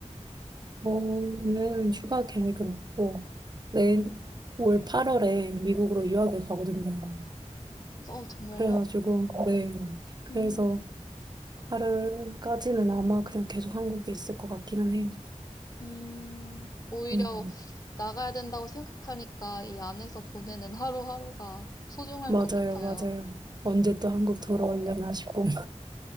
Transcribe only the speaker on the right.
저는 휴가 계획은 없고, 내일 올 8월에 미국으로 유학을 가거든요.
그래가지고, 네. 그래서
8월까지는 아마 그냥 계속 한국에 있을 것 같기는 해요.
네,
맞아요,
맞아요. 언제 또 한국 돌아오려나 싶고.